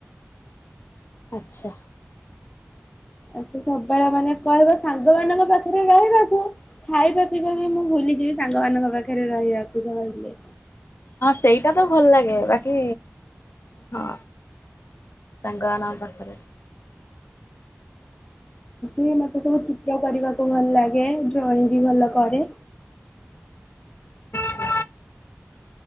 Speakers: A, on the left; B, on the left.
A: ଆଚ୍ଛା।
B: ଆଛ ସବୁବେଳେ ମାନେ କ ବ ସାଙ୍ଗ ମାନଙ୍କ ପାଖରେ ରହିବାକୁ ଖାଇବା ପିଇବା ବି ମୁଁ ଭୁଲିଯିବି ସାଙ୍ଗ ମାନଙ୍କ ପାଖରେ ରହିବାକୁ କହିଲେ
A: ହଁ ସେଇଟା ତ ଭଲ ଲାଗେ ବାକି ହଁ ସାଙ୍ଗମାନଙ୍କ ପାଖରେ
B: ଏ ମତେ ସବୁ ଚିତ୍ର କରିବାକୁ ଭଲ ଲାଗେ। ଆ ଡ୍ରଇଂ ବି ଭଲ କରେ।
A: ଆଚ୍ଛା